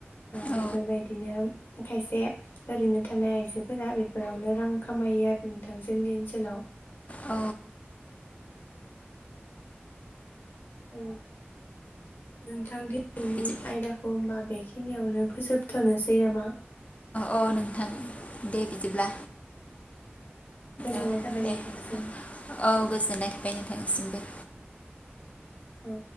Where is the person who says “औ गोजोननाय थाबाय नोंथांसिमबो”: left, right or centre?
Left